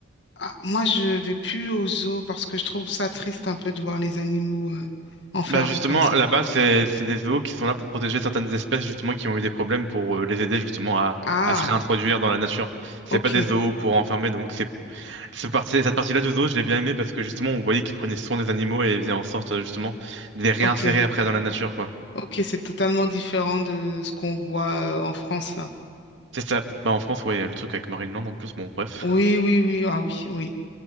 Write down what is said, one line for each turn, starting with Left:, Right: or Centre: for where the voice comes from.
Left: ah, moi, je vais plus aux zoos parce que je trouve ça triste un peu de voir les animaux euh, enfermés
Right: Bah justement,
Left: comme ça.
Right: là-bas, c'est c'est des zoos qui sont là pour protéger certaines espèces justement qui ont eu des problèmes pour euh, les aider justement à,
Left: Ah,
Right: à se réintroduire dans la nature. C'est
Left: ok,
Right: pas des zoos pour enfermer, donc c'est Ce parti, cette partie-là du zoo, je l'ai bien aimé parce que justement, on voyait qu'ils prenaient soin des animaux et faisaient en sorte euh, justement de les réinsérer
Left: ok.
Right: après dans la nature, quoi.
Left: Ok, c'est totalement différent de ce qu'on voit euh, en France là.
Right: C'est ça. Bah, en France, ouais, il y a le truc avec Marineland en plus, bon, bref.
Left: Oui, oui, oui, ah oui, oui.